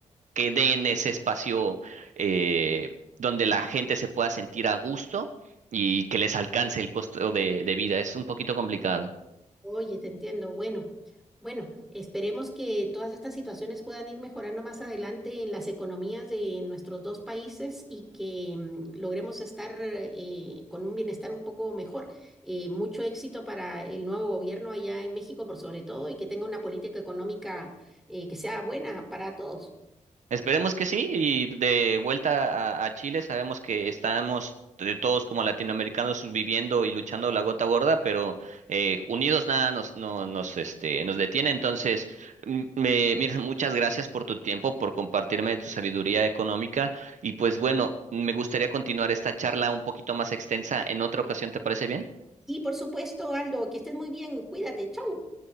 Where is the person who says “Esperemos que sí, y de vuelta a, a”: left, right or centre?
Right